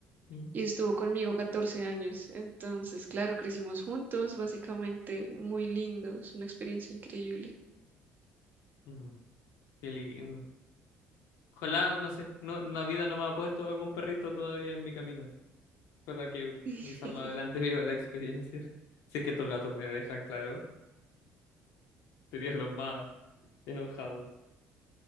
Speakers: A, on the left; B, on the right.
A: mm,
B: y estuvo conmigo 14 años, entonces, claro, crecimos juntos, básicamente, muy lindo, es una experiencia increíble.
A: mm. Qué lindo. Ojalá, no sé, no, la vida no me ha puesto algún perrito todavía en mi camino. Ojalá que
B: <laughs>
A: quizás más adelante <laughs> viva la experiencia. <laughs> Sé que estos gatos me dejan, claro. Serían los más enojados.